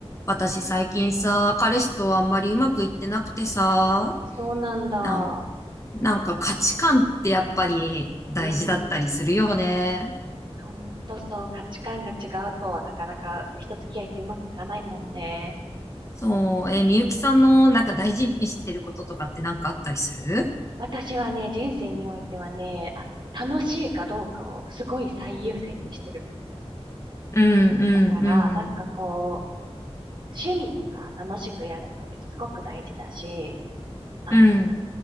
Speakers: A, on the left (about 30°); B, on the right (about 45°).
A: 私最近さ、彼氏とあんまりうまくいってなくてさ、
B: うんそうなんだ。
A: なん、なんか価値観ってやっぱり大事だったりするよね。
B: うん。ほんとそう、価値観が違うと、なかなか人付き合いってうまくいかないもんね。
A: そう、えーみゆきさんのなんか大事にしてることとかってなんかあったりする
B: 私はね、人生においてはね、あの、楽しいかどうかをすごい最優先にしてる
A: うんうんうん
B: から、なんかこう、趣味とか楽しくやるのってすごく大事だし、あの、
A: うん